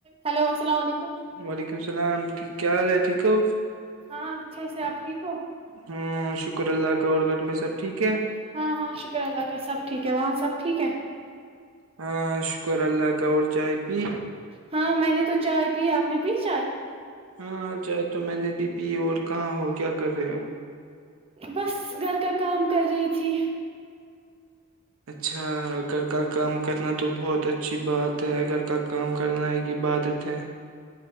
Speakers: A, on the right; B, on the right.
A: hello السلام علیکم
B: وعلیکم السلام کیا حال ہے ٹھیک ہو
A: ہاں اچھے سے آپ ٹھیک ہو
B: ہاں شکر اللہ کور گڑھ میں سب ٹھیک ہے
A: ہاں ہاں شکر اللہ کا سب ٹھیک ہے وہاں سب ٹھیک ہے
B: ہاں شکر اللہ کا اور چائے پی
A: ہاں میں نے تو چائے پی اپ نے پی چائے
B: ہاں چاہے تو میں نے بھی پی اور کہاں ہو کیا کر رہے ہو
A: بس گھر کا کام کر رہی تھی
B: اچھا گھر کا کام کرنا تو بہت اچھی بات تو اگر کا کام کرناائی کی عبادت ہے